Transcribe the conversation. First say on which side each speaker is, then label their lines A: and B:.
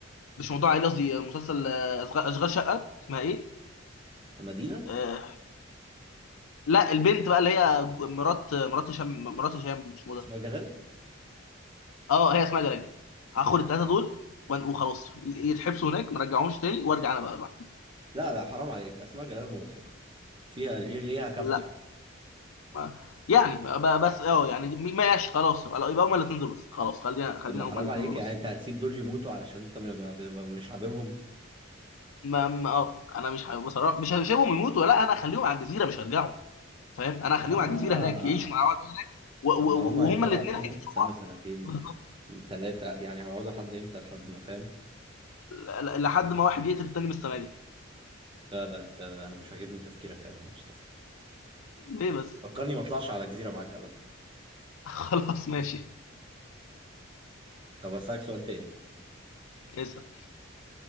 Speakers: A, on the left; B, on the right.
A: مش موضوع عائلي قصدي مسلسل آه، أصغ- اشغال شقه اسمها ايه
B: مدينه
A: آه لا البنت بقى اللي هي مرات آه، مرات هشام مرات هشام مش موضة
B: اسمها جلال
A: اه هي اسمها جلال هاخد الثلاثه دول وأن- وخلاص ي- يتحبسوا هناك ما رجعهمش تاني وارجع انا بقى لوحدي
B: لا لا حرام عليك اسمها جلال مضحكه فيها ليه ليها كام
A: لا
B: حاجه
A: ما- يعني ب- بس اه يعني ماشي خلاص يبقى هما الاثنين دول بس خلاص خلينا خلينا
B: طب ما
A: هما
B: حرام
A: الاثنين
B: عليك
A: دول
B: يعني
A: بس
B: انت هتسيب دول يموتوا علشان انت م- ما- ما- مش حاببهم
A: ما ما- اه انا مش ه- بصراحه مش مش هسيبهم يموتوا لا انا هخليهم على الجزيره مش هرجعوا فاهم انا هخليهم
B: اه
A: على الجزيره هناك يعيشوا مع بعض و- و-
B: طب ما هم
A: و-
B: هيفضلوا
A: وهما الاثنين
B: قاعدين هناك
A: هيقتلوا
B: سنه
A: بعض
B: سنتين
A: بالظبط
B: ثلاثه يعني هيقعدوا لحد امتى لحد ما فاهم
A: ل- ل- لحد ما واحد يقتل التاني من السماجه
B: لا لا انت انا مش عاجبني تفكيرك يا مصطفى
A: ليه بس
B: فكرني ما اطلعش على جزيرة معاك ابدا
A: <laughs> خلاص ماشي
B: طب اسالك سؤال تاني
A: اسال